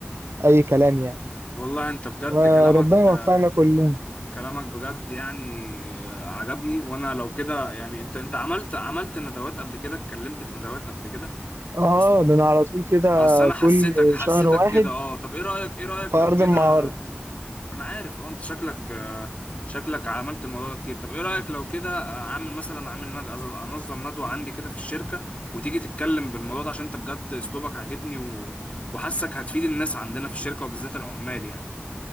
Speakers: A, on the right (about 85°); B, on the left (about 35°).
A: اي كلام يعني
B: والله انت بجد
A: فربنا
B: كلامك
A: يوفقنا كلنا
B: كلامك بجد يعني عجبني وانا لو كده يعني انت انت عملت عملت ندوات قبل كده اتكلمت في ندوات قبل كده
A: اه
B: اصل
A: ده انا على طول كده
B: اصل انا حسيتك
A: كل
B: حسيتك
A: شهر واحد
B: كده اه طب ايه رأيك ايه رأيك
A: في ارض
B: لو كده
A: المعارض
B: انا عارف اه انت شكلك آه، شكلك عملت الموضوع ده كتير طب ايه رأيك لو كده آه، اعمل مثلا اعمل ند- أز- انظم ندوة عندي كده في الشركة وتيجي تتكلم بالموضوع ده عشان انت بجد اسلوبك عاجبني و... وحاسك هتفيد الناس عندنا في الشركة وبالذات العمال يعني